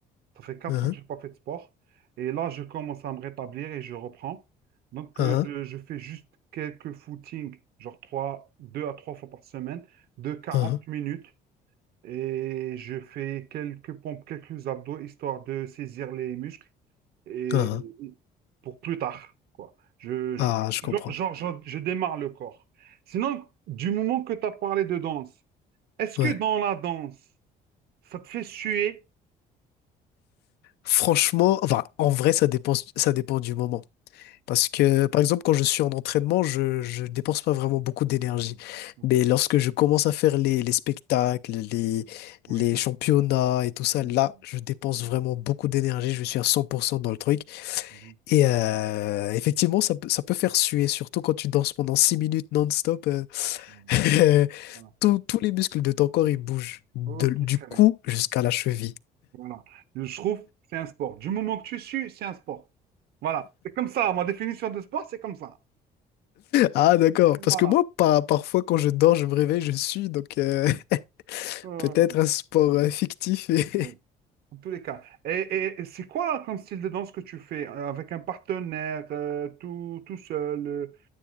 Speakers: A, on the right; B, on the left.
A: Ça fait quatre
B: Uhum,
A: ans que j'ai pas fait de sport. Et là, je commence à me rétablir et je reprends. Donc,
B: uhum,
A: euh, je, je fais juste quelques footings, genre trois, deux à trois fois par semaine, de quarante
B: uhum,
A: minutes. Et je fais quelques pompes, quelques abdos, histoire de saisir les muscles. et
B: uhum.
A: et pour plus tard, quoi. Je,
B: Ah,
A: je,
B: je
A: genre,
B: comprends.
A: genre, genre, je démarre le corps. Sinon, du moment que tu as parlé de danse, est-ce
B: Ouais.
A: que dans la danse, ça te fait suer?
B: Franchement, enfin, en vrai, ça dépend, ça dépend du moment. Parce que, par exemple, quand je suis en entraînement, je, je dépense pas vraiment beaucoup d'énergie.
A: Ok,
B: Mais lorsque je commence à faire les, les spectacles, les,
A: oui,
B: les championnats et tout ça,
A: oui,
B: là,
A: bon,
B: je dépense vraiment beaucoup d'énergie. Je suis à 100% dans le truc.
A: oui,
B: Et euh, effectivement, ça peut, ça peut faire suer, surtout quand tu danses pendant 6 minutes non-stop.
A: bon,
B: euh, <laughs>
A: voilà.
B: tous tous les muscles de ton corps, ils bougent de-
A: Ok,
B: du
A: très
B: cou
A: bien.
B: jusqu'à la cheville.
A: Voilà. Je trouve que c'est un sport. Du moment que tu sues, c'est un sport. Voilà. C'est comme ça. Ma définition de sport, c'est comme ça.
B: Ah, d'accord.
A: Voilà.
B: Parce que moi, par- parfois, quand je dors, je me réveille, je suis. Donc, euh, <laughs>
A: Euh,
B: peut-être un sport euh, fictif. et-
A: oui. En tous les cas. Et, et- et c'est quoi comme style de danse que tu fais? euh, Avec un partenaire, euh, tout, tout seul? euh,